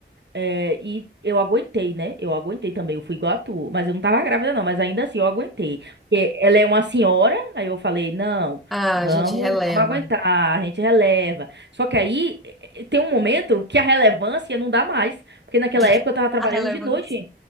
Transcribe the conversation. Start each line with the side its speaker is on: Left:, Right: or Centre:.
Right: É, e eu aguentei, né? Eu aguentei também. Eu fui igual a tu, mas eu não tava grávida, não. Mas ainda assim, eu aguentei. Porque ela é uma senhora, aí eu falei: não,
Centre: Ah,
Right: vamos,
Centre: a gente releva.
Right: vamos aguentar, a gente releva. Só que aí eh, eh, tem um momento que a relevância não dá mais. Porque naquela
Centre: <laughs>
Right: época eu tava trabalhando
Centre: A relevância.
Right: de noite,